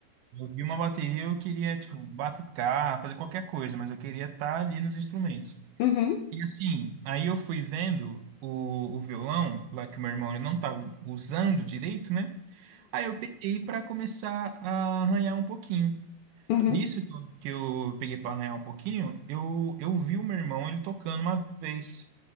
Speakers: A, on the right; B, on the left.
A: eu vi uma bateria, eu queria, tipo, batucar, fazer qualquer coisa, mas eu queria estar ali nos instrumentos.
B: uhum, uhum,
A: E assim, aí eu fui vendo o, o violão, lá que o meu irmão ele não estava usando direito, né? Aí eu peguei para começar a arranhar um pouquinho.
B: uhum, uhum,
A: Nisso que eu, que eu peguei para arranhar um pouquinho, eu, eu vi o meu irmão ele tocando uma vez,